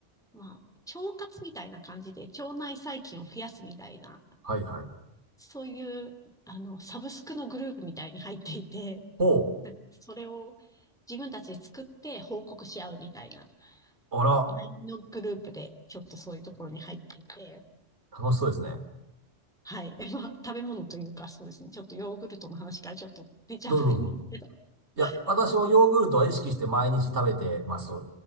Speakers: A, in the centre; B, on the right (about 85°).
A: まあ、腸活みたいな感じで、腸内細菌を増やすみたいな、
B: はい、はい。
A: そういう、あの、サブスクのグループみたいに入っていて、
B: おう。
A: なんかそれを自分たちで作って報告し合うみたいな、
B: あら、
A: ラインのグループで、ちょっとそういうところに入っていて、
B: 楽しそうですね。
A: はい。<laughs> まあ、食べ物というか、そうですね。ちょっとヨーグルトの話からちょっと出ちゃうんですけど。
B: どうぞどうぞ。
A: <laughs>
B: いや、私もヨーグルトは意識して毎日食べてます。
A: ま
B: は